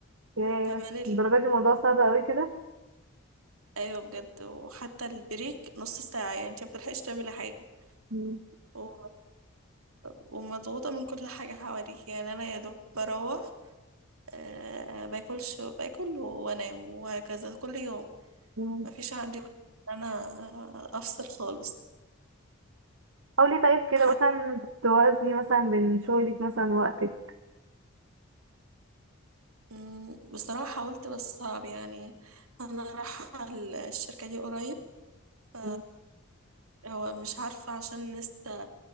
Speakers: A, on the right; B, on the right.
A: ياه
B: وكمان ال...
A: الدرجة دي الموضوع صعب اوي كده
B: ايوه بجد وحتى البريك نص ساعة يعني انت مبتلحقيش تعملي حاجة
A: مم،
B: و... ومضغوطة من كل حاجة حواليك يعني انا يا دوب بروح أه باكلش باكل وانام وهكذا كل يوم
A: مم.
B: مفيش عندي وقت إن انا افصل خالص
A: حاولي طيب كده
B: حتى
A: مثلا توازني مثلا بين شغلك مثلا ووقتك
B: مم، بصراحة حاولت بس صعب يعني أنا رايحة الشركة دي قريب ف
A: مم.
B: هو مش عارفة عشان لسه